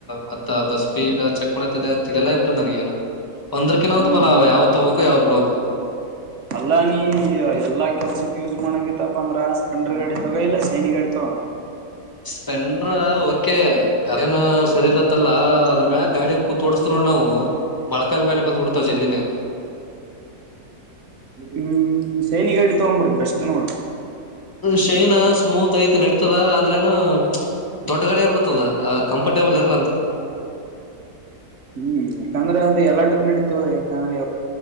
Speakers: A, on the left; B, on the right.
A: ಮತ್ತ ಅದ ಸ್ಪೀಡ ಚಕ್ ಮಾಡತಿದೆ ತಿಳಲೇ ಹಾಗಿಬಿಟ್ಟೆದನನಗೇನ. ಒಂದ್ರಕಿನ
B: ಹಾ ಹ್ಮ್ ಹ್ಮ್
A: ಒಂದು ಬಲ ಅವ ಯಾವತ್ ತೋಗಕು ಯಾವ್ದ್ ಬಿಡ್ಬೇಕು.
B: ಅಲ್ಲಾ ನೀ ಎಲ್ಲಾ ಕೆಲ್ಸಕ್ ಯೂಸ್ ಮಾಡಂಗತ್ತಪ್ಪ ಅಂದ್ರ ಸ್ಪೆಂಡರ್ ಗಾಡಿ ತಗೋ ಇಲ್ಲಾ ಶೈನಿ ಗಾಡಿ ತಗೋ.
A: ಸ್ಪೆಂಡ್ರ ಓಕೆ ಅದೇನು ಸರಿ ಇಲತ್ತಲ್ಲ ಅದ್ರ ಮ್ಯಾಗ ಗಾಡಿ ಕೂಂತ್ ಹೋಡಸ್ತಿವಿ ನೋಡು ನಾವು ಮಳಕಾಲ್ ಬೇನೆ ಬಂದ ಬಿಡ್ತಾವ ಜೆಲ್ಲ್ದಿನೇ.
B: ಹ್ಮ, ಸೇನಿಗಾಡಿ ತಗೊಬಿಡು ಬೆಸ್ಟ್ ನೋಡು.
A: ಶೈನಾ ಸ್ಮೂತ್ ಐತಿ ನಡಿತಿದಆದ್ರೇನು ದೊಡ್ಗಾಡಿ ಆಗಿಬಿಡತದ. ಕಂಫರ್ಟೇಬಲ್ ಇರ್ತದ.
B: <inaudible> ಹ ಹ್ಮ್ ಯಾಕಂದ್ರೆ ಅದು ಎಲ್ಲಾಟಕ್ ನಡತ ಯಾಕಂದ್ರೆ